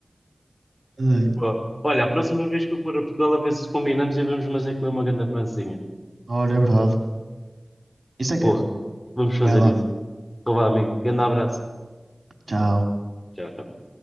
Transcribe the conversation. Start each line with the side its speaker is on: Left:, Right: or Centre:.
Right: Ai,
Left: Boa. Olha, a próxima vez que eu for a Portugal, a ver se combinamos e vamos fazer comer uma grande francesinha.
Right: olha, é verdade. Isso é que
Left: Boa,
Right: era.
Left: vamos fazer
Right: Vai lá.
Left: isso. Então vá, amigo. Grande abraço.
Right: Tchau.
Left: Tchau, tchau.